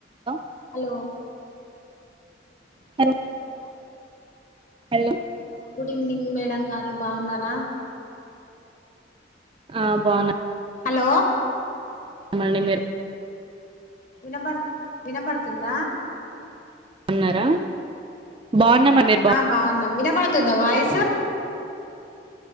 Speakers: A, on the right (about 25°); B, on the left (about 45°).
A: అ
B: hello
A: హల్
B: hello
A: hello
B: hello good evening madam గారు బాన్నారా
A: ఆ బాన్నా
B: హలో
A: మండె మీరు
B: వినబడు వినబడుతుందా
A: న్నారా బాన్నమండి
B: ఆ బాన్నాం వినబడుతుందా వాయిసు